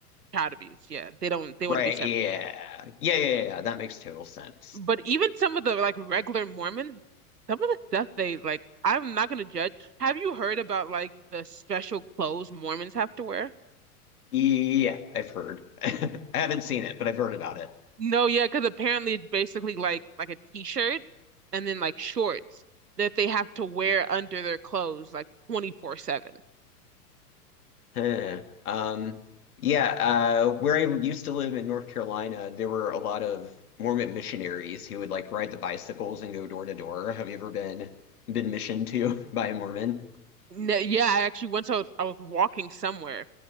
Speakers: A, on the right (about 80°); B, on the left (about 65°).
A: child abuse. Yeah, they don't they
B: Right,
A: want to be separate.
B: yeah. Yeah, yeah, yeah, yeah. That makes total sense.
A: But even some of the like regular Mormons, some of the stuff they like, I'm not gonna judge. Have you heard about like the special clothes Mormons have to wear?
B: Yeah, I've heard. <laughs> I haven't seen it, but I've heard about it.
A: No, yeah, because apparently it's basically like like a t-shirt and then like shorts that they have to wear under their clothes like 24/7.
B: <laughs> Huh. Um, yeah, uh, where I used to live in North Carolina, there were a lot of Mormon missionaries who would like ride the bicycles and go door to door. Have you ever been been missioned to <laughs> by a Mormon?
A: No, yeah, I actually once I was I was walking somewhere,